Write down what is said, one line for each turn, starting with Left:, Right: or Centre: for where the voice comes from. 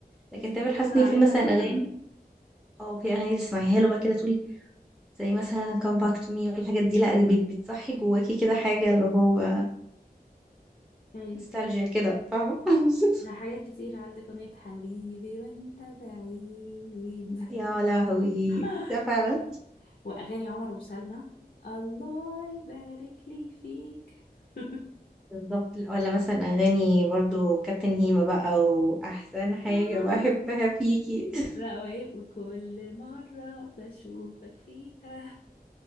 Centre: لكن
Left: مش
Centre: تامر
Left: بيمر
Centre: حسني
Left: عليها
Centre: في مثلا
Left: الزمن
Centre: اغاني اه في اغاني تسمعيها له بقى كده تقولي زي مثلا come back to me والحاجات دي لا دي بت- بتصحي جواكي كده حاجه اللي هو
Left: ايوه
Centre: نوستالجيا كده فاهمه <laughs>
Left: ده حاجات كتير عندك أغنية حبيبي وانت بعيد
Centre: يا لهوي
Left: <laughs>
Centre: ده فعلا
Left: وأغاني عمر وسلمى الله يبارك لي فيك <laughs>
Centre: بالظبط ولا مثلا اغاني برضو كابتن هيما بقى واحسن حاجه
Left: آه.
Centre: بحبها فيكي <laughs>
Left: لا وإيه وكل مرة بشوفك فيها